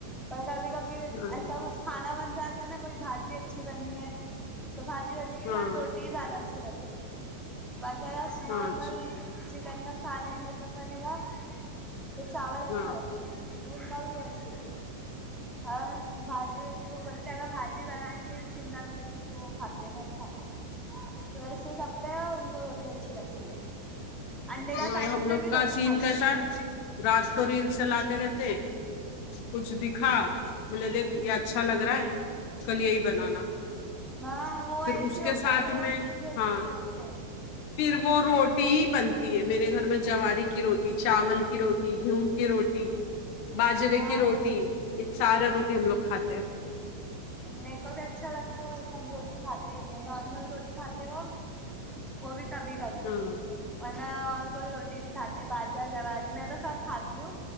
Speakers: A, in the centre; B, on the left.
A: پر کبھی کبھی
B: ہاں
A: ایسا کچھ کھانا بن جاتا ہے نا کوئی بھاجی اچھی بنی ہے تو بھاجی واجی کے
B: ہاں
A: ساتھ روٹی ہی زیادہ اچھی لگتی ہے باقی نارمل
B: ہاں اچھا
A: چکن کا سالن یے سب بنے گا تو چاول اچھا
B: ہاں
A: لگتا ہے مونکا بھی ویسی ہے اور ہم بھاجی واجی وہ بولتے اگر بھاجی بنائیں گے شملہ مرچی وہ کھاتے تے میں نہیں کھاتی تو ویسے سب پے ان کو روٹی اچھی لگتی ہے انڈے کا
B: نہیں
A: سالن
B: ہم لوگ
A: پے بھی روٹی
B: کا سین
A: کھائیں
B: کیسا
A: گے
B: ہے رات کو ریلس چلاتے رہتے کچھ دکھا مجھے دیکھ یے اچھا لگ رہا ہے کل یہی بنانا
A: ہاں وہ
B: پھر
A: ایس
B: اس
A: ہی
B: کے
A: ہوتا
B: ساتھ
A: پھر وہ
B: میں
A: رییل بیچتے
B: ہاں
A: بیٹھتے ہے
B: پھر وہ روٹی ہی بنتی ہے میرے گھر میں جواری کی روٹی چاول کی روٹی گیہوں کی روٹی باجرے
A: ہاں
B: کی روٹی یے سارا روٹی ہم لوگ کھاتے ہیں
A: میر کو بھی اچھا لگتا ہے ہم روٹی کھاتے ہی نہیں نارمل روٹی کھاتے وہ وہ بھی کبھی کبھی
B: ہاں
A: اور نا کوئی روٹی نہیں کھاتے باجرا جاری میں تو سب کھاتی ہوں